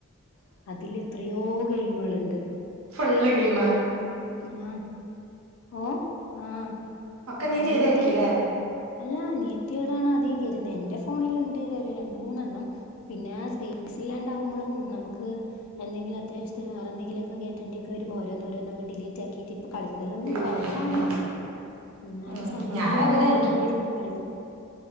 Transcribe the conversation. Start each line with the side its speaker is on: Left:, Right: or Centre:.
Left: അതിലെത്രയോ ഗെയ്മ്കള്ണ്ട്
Right: ഫുള്ള് ഗെയ്മാ
Left: എണ്ണാൻ ഓഹ് ആഹ്
Right: ഒക്കെ നീ
Left: അനിയത്തിയാ
Right: ചെയ്തായിരിക്കുംല്ലേ
Left: അല്ലാ അനിയത്തികളാണ് അധികം കേരുന്നെ എന്റെ ഫോണില്ണ്ട് ര് ഒരു രണ്ട് മൂന്നെണ്ണം പിന്നെ സ് സ്പേസ് ഇല്ലാണ്ടാകുമ്പൊളും നമുക്ക് എന്തെങ്കിലും അത്യാവശ്യത്തിന് വേറെന്തെങ്കിലൊക്കെ കേടറ്റേണ്ടിയൊക്കെ വരുമ്പോ ഓര് ഓരോന്നോരൊന്നങ്ങ് ഡിലീറ്റ് ആക്കിറ്റിപ്പൊ കളിക്കലൊന്നും
Right: ഡിലീറ്റ്
Left: കൊറവാണ്
Right: ചെയ്യും ഉം
Left: എന്നാലും
Right: ഉം
Left: സമയം
Right: ഞാനങ്ങനെ
Left: പോകാൻ വേണ്ടി വെറുതെയിരിക്കുമ്പം കളിക്കും